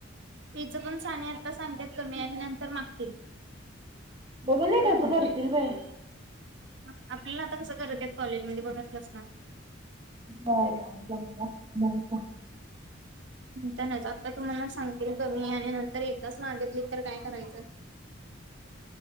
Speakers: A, on the right (about 65°); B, on the right (about 30°).
A: तिचं पण साने आत्ता सांगतात कमी आणि नंतर कमी आणि नंतर मागतील
B: बघून एक तसं करतील बाई
A: आपल्याला आता कसं करत आहेत कॉलेजमध्ये बघतलंस ना?
B: हो जाऊ जाऊ का?
A: त्या नाच, आता तुम्हाला सांगतील कमी आणि नंतर एकदाच मागितली तर काय करायचं? <inaudible>